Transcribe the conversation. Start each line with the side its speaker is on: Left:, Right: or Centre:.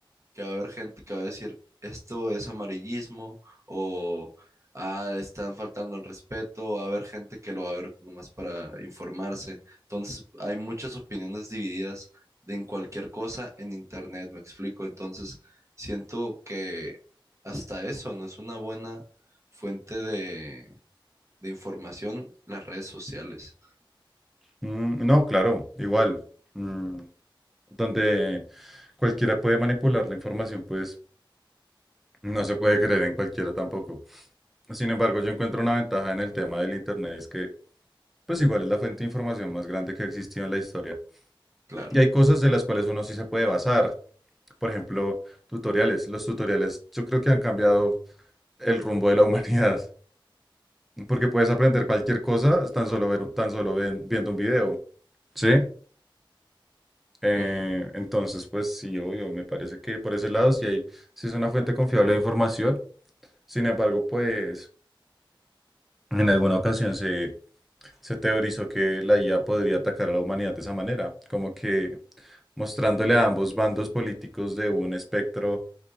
Right: que va a haber gente que va a decir, esto es amarillismo o ah, están faltando al respeto, va a haber gente que lo va a ver nomás para informarse. Entonces, hay muchas opiniones divididas de en cualquier cosa en internet, me explico. Entonces, siento que hasta eso no es una buena fuente de, de información, las redes sociales,
Centre: Mm, no, claro, igual. Mm, donde cualquiera puede manipular la información, pues no se puede creer en cualquiera tampoco. Sin embargo, yo encuentro una ventaja en el tema del Internet, es que pues igual es la fuente de información más grande que ha existido en la historia.
Right: claro.
Centre: Y hay cosas de las cuales uno sí se puede basar. Por ejemplo, tutoriales. Los tutoriales yo creo que han cambiado el rumbo de la <laughs> humanidad, porque puedes aprender cualquier cosa tan solo, ver- tan solo ven- viendo un video. ¿Sí? Eh,
Right: Ujú.
Centre: entonces, pues sí, obvio, me parece que por ese lado sí, hay, sí es una fuente confiable de información. Sin embargo, pues en alguna ocasión se Se teorizó que la IA podría atacar a la humanidad de esa manera, como que mostrándole a ambos bandos políticos de un espectro